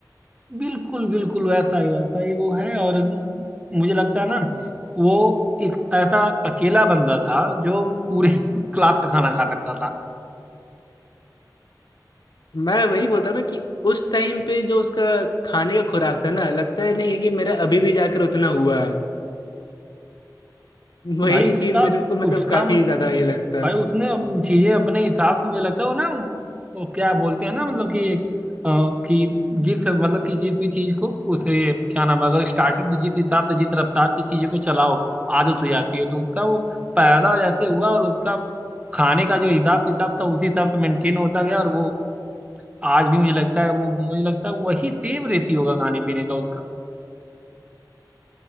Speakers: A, on the right; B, on the left.
A: बिल्कुल बिल्कुल वैसा ही वैसा ही वो है और मुझे लगता है ना वो एक ऐसा अकेला बंदा था जो पूरे <laughs> क्लास का खाना खा सकता
B: मैं वही बोलता हूँ ना कि उस टाइम पे जो उसका खाने का खुराक था ना लगता है नहीं है कि मेरा अभी भी जाकर उतना हुआ है वही
A: भाई उसका
B: चीज मेरे को मतलब
A: उसका
B: काफी ज्यादा ये लगता
A: भाई
B: है
A: उसने अब चीजें अपने हिसाब से मुझे लगता है वो ना वो क्या बोलते हैं ना मतलब कि अ, कि जिस मतलब कि जिस भी चीज को उसे क्या नाम है अगर स्टार्टिंग से जिस हिसाब से जिस रफ्तार से चीजों को चलाओ आदत हो जाती है तो उसका वो पैदा जैसे हुआ और उसका खाने का जो हिसाब किताब था उसी हिसाब से मेंटेन होता गया और वो आज भी मुझे लगता है वो मुझे लगता है वही सेम रेसी होगा खाने पीने का उसका